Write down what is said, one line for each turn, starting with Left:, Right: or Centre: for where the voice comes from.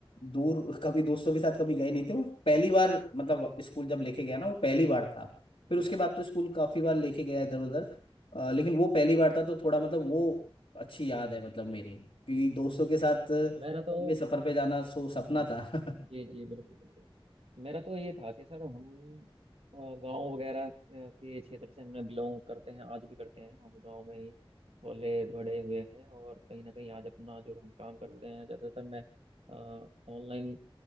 Left: दूर कभी दोस्तों के साथ कभी गए नहीं थे वो पहली बार मतलब स्कूल जब लेके गया ना वो पहली बार था फिर उसके
Right: हम्म।
Left: बाद तो स्कूल काफी बार लेके गया इधर उधर अ, लेकिन वो पहली बार था तो थोड़ा मतलब वो अच्छी याद है मतलब मेरी क्योंकि दोस्तों के साथ लंबे
Right: मेरा तो
Left: सफर पे जाना सो सपना
Right: हाँ,
Left: था <laughs>
Right: जी जी बिल्कुल बिल्कुल मेरा तो ये था कि सर हम गांव वगैरह अ, के क्षेत्र से हमने बिलोंग करते हैं आज भी करते हैं हम गांव में ही पले बड़े हुए हैं और कहीं ना कहीं आज अपना जो हम काम कर रहे हैं ज़्यादातर मैं ऑनलाइन